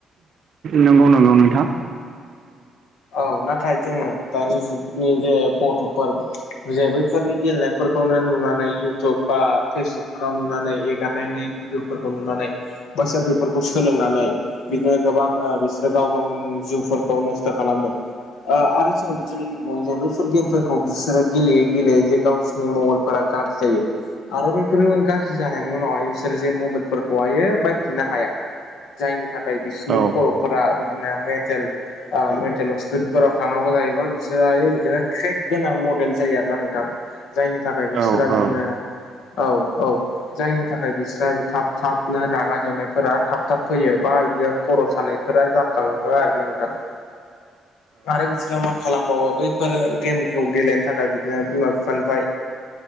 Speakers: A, on the right; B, on the left.
A: नंगौ नंगौ नोंथा।
B: औ नाथाय जोङो दानि जुगनि जे गथ'फोर जे बैफोरनि गेलेनायफोरखौनो नुनानै इउटुब बा फेसबुकफोराव नुनानै एगारनाय भिडिअफोरखौ नुनानै बोसोर बेफोरखौ सोलोंनानै बिदिनो गोबां बिसोरो गाव गावनि जिउफोरखौनो खालामदों । आरो जोङो बिदिनो लबावो जे बैफोर गेमफोरखौ बिसोरो गेलेयैेलेै जे गाव नि <unintelligible> गाज्रि जायो। आरो बैफोर गाज्रि जानायनि उनावहाय बिसोरो जे मबाइलफोरखौहायो बायफिननो हाया। जायनि थाखाय बिसिनि
A: औ
B: खर'फोरा बिदिनो मेन्टेल मेन्टेल हस्पि फोराव थांनांगौ जायोबा बिसोरहाय बिदिनो क्रेक गोनां मडेल जायो आरोना नोंथां जायनि थाखाय बिसोरा
A: औ
B: बिदिनो
A: औ
B: औ औ जायनि थाखाय बिस्रा थाब थाबनो रागा जोंनायफोरा थाब थाब फैयो बा बिदिनो खर' सालानाय फोर जाखाङो आरो नोंथां आरो बिसोरो मा खालामबावो बैफोर गेमखौ गेलेनो थाखाय बिदिनो बिमा बिफानिफ्राय